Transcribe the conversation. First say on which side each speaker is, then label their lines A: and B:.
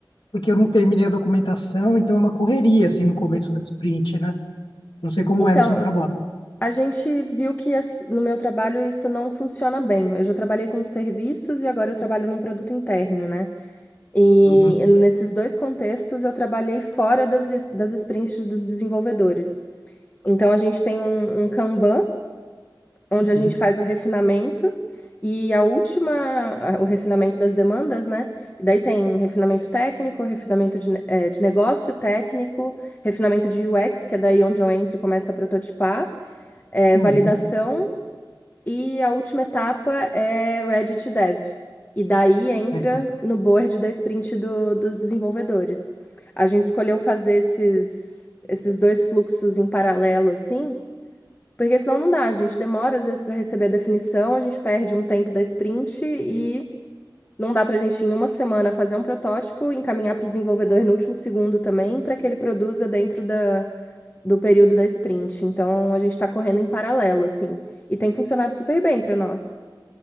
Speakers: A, on the left; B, on the left.
A: porque eu não terminei a documentação, então é uma correria, assim, no começo da sprint, né? Não sei como
B: Então,
A: é no seu trabalho.
B: a gente viu que as- no meu trabalho isso não funciona bem. Eu já trabalhei com serviços e agora eu trabalho num produto interno, né? E
A: Uhum,
B: nesses dois contextos eu trabalhei fora das, es- das sprints dos desenvolvedores. Então, a gente tem um, um Kanban onde
A: uhum,
B: a gente faz o refinamento e a última, a- o refinamento das demandas, né? E daí tem refinamento técnico, refinamento de, ne- eh, de negócio técnico, refinamento de UX, que é daí onde eu entro e começo a prototipar, eh,
A: uhum.
B: validação e a última etapa é Ready to Dev. E daí entra
A: Legal.
B: no board da sprint do- dos desenvolvedores. A gente escolheu fazer esses, esses dois fluxos em paralelo, assim, porque senão não dá, a gente demora às vezes para receber a definição, a gente perde um tempo da sprint e não dá para a gente em uma semana fazer um protótipo, encaminhar para o desenvolvedor no último segundo também, para que ele produza dentro da, do período da sprint. Então a gente está correndo em paralelo, assim. E tem funcionado super bem para nós.